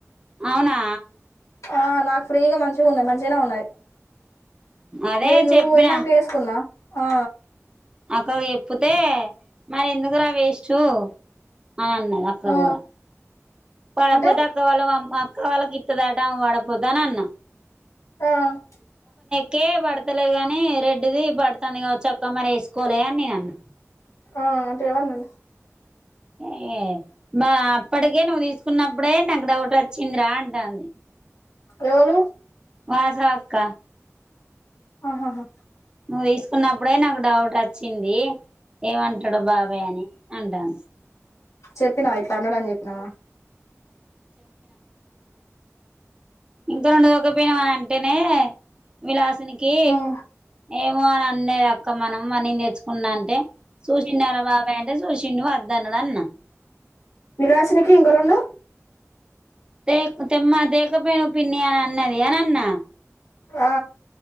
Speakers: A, on the right; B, on the left.
A: అవునా
B: ఆ నాకు ఫ్రీగ మంచిగ ఉన్నా మంచిగానే ఉన్నాయి
A: అదే
B: రదే నువ్వు
A: చెప్పిన
B: పోయినాక ఏసుకున్నా ఆ
A: అక్కకు చెప్పతే మరి ఎందుకు రా వేస్టు అని అన్నది అక్క
B: ఆ
A: కూడా పడకపోతే
B: అంటే
A: అక్కవాళ <inaudible> కవాలగిత్త ద టంగ వాడ పొద్ద నా అన్న
B: ఆమ్
A: కేే పడతలేదు గాని రెడ్డిది పడుతాంది గా చక్కా మరి వేసుకోలే అని నేనన్న
B: ఆ అంటే ఎవన్నడు
A: <inaudible> బ అప్పటికే నువ్వు తీసుకున్నప్పుడే నాకు డౌట్ వచ్చింది రా అంటాంది
B: ఎవలు
A: వాసవక్క
B: ఆహాహా,.
A: నువ్వు తీసుకున్నప్పుడే నాకు డౌట్ వచ్చింది ఏమంటడో బాబాయ్ అని అంటాను <inaudible>
B: చెప్పినా ఇట్లా అన్నడని చెప్పినా
A: ఇంత <inaudible> ఉకపోయినావ ఆని అంటేనే విలాసినికి
B: ఉమ్
A: ఏమో అని అన్న అక్క మనం అన్ని నేర్చు ఉన్నా అంటే సూషిండారా బాబాయ్ అంటే సూషిండు వద్దన్నడు అన్న
B: విలాసినికి ఇంకో రెండు
A: దేక్ తెమ్మ దేక్ ఇక పోయిను పిన్ని అన్నది అని అన్న
B: ఆ